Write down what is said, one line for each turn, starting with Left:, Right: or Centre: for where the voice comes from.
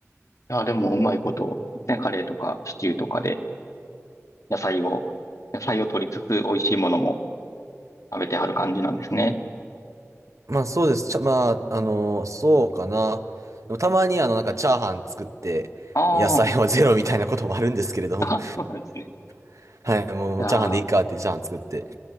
Left: いや、でも、うまいこと、ね、カレーとかシチューとかで、野菜を、野菜を取りつつ、美味しいものも食べてはる感じなんですね。
Right: まあ、そうです。ちゃ、まあ、あの、そうかな。でもたまに、あの、なんか、チャーハン作って、
Left: あ
Right: 野菜はゼロみたいなこともあるんですけれども。
Left: あ、<laughs> あそうなんですね。い
Right: <laughs> はい、もう、
Left: やー、
Right: もうチャーハンでいいかってチャーハン作って、